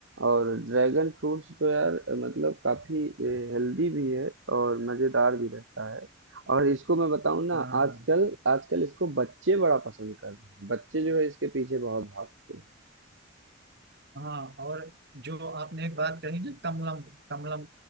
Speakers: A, on the right; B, on the right.
A: और ड्रैगन फ्रूट्स तो यार मतलब काफी हेल्दी भी है और मजेदार भी रहता है और इसको मैं बताऊं ना
B: हाँ,
A: आजकल आजकल इसको बच्चे बड़ा पसंद कर रहे हैं बच्चे जो है इसके पीछे बहुत भागते हैं
B: हाँ और जो आपने एक बात कही ना कमलम कमलम